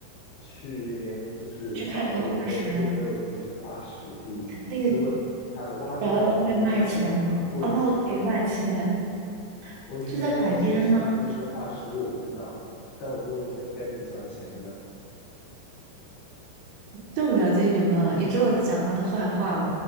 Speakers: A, on the left; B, on the right.
A: 去那边就是找有没有有没有菊石化石可以，
B: 去看那个化石，那个
A: 如果他挖掘到了，
B: 找到了会卖钱吗？
A: 他就可以卖掉。对，
B: 哦，
A: 是的，
B: 可以卖钱，
A: 我女朋友喜不喜欢菊石化石我不知道，
B: 就在海边吗？
A: 但我觉得我女朋友应该挺喜欢钱的。
B: 这么了解女朋友，你这么讲她的坏话吗？